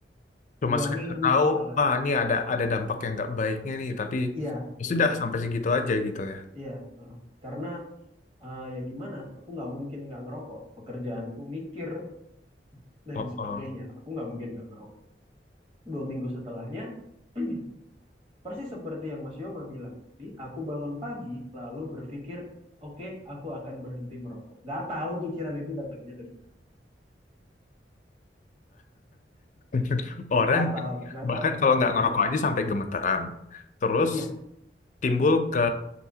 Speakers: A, on the left; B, on the right.
A: Cuma
B: dua
A: sekedar
B: minggu
A: tahu,
B: setelah.
A: ah ini ada ada dampak yang nggak baiknya nih, tapi
B: Iya
A: ya
B: betul.
A: sudah sampai segitu aja gitu ya.
B: Iya. heeh. Karena eh, ya gimana aku nggak mungkin nggak ngerokok pekerjaanku mikir <laughs> dan
A: Oh,
B: sebagainya
A: oh.
B: aku nggak mungkin nggak ngerokok dua minggu setelahnya <clears throat> persis seperti yang Mas Yoma bilang tadi aku bangun pagi lalu berpikir oke aku akan berhenti merokok nggak tahu pikiran itu datangnya dari mana
A: <laughs> Orang
B: nggak tahu nggak
A: bahkan
B: tahu
A: kalau
B: pikirannya
A: nggak ngerokok
B: datangnya
A: aja sampai gemeteran. Terus
B: iya
A: timbul ke